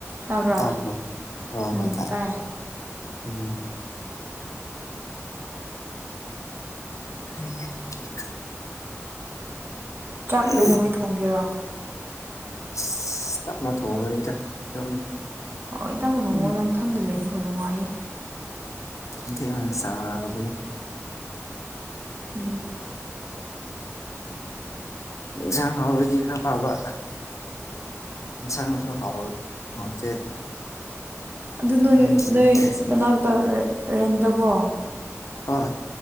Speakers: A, on the right; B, on the left.
A: ꯇꯥꯕ꯭ꯔꯥ
B: ꯇꯕꯔꯣ ꯍꯣꯏ
A: ꯎꯝ
B: ꯍꯣꯏ ꯇꯥꯏ
A: ꯇꯥꯏꯌꯦ
B: ꯎꯝ <unintelligible>
A: ꯆꯥꯛ
B: ꯑꯁ
A: ꯀꯩꯗꯧꯉꯩ ꯊꯣꯡꯒꯦꯔꯣ
B: <unintelligible> ꯊꯣꯡꯕꯅꯤꯗ ꯑꯗꯨꯝ
A: ꯍꯣꯏ ꯇꯥꯝꯃꯣ ꯊꯣꯡꯉꯣꯟꯗ
B: ꯊꯦꯡ
A: ꯏꯊꯟꯗ ꯂꯩꯕꯕꯨ ꯅꯨꯡꯉꯥꯏꯌꯦ
B: ꯏꯗꯦꯟ ꯆꯥꯕꯕꯅꯤ
A: ꯎꯝ
B: ꯏꯟꯁꯥꯡ ꯍꯥꯎꯔꯗꯤ ꯈꯔ ꯐꯕ ꯏꯟꯁꯥꯡꯁꯨꯣ ꯍꯥꯎ ꯍꯥꯎꯇꯦ
A: ꯑꯗꯨ ꯅꯣꯏ
B: ꯅꯪꯅ
A: ꯅꯣꯏ
B: ꯊꯣꯡꯉꯁꯤ
A: ꯃꯅꯥꯛꯇ ꯔꯦꯟꯗꯕꯣ
B: ꯑꯥ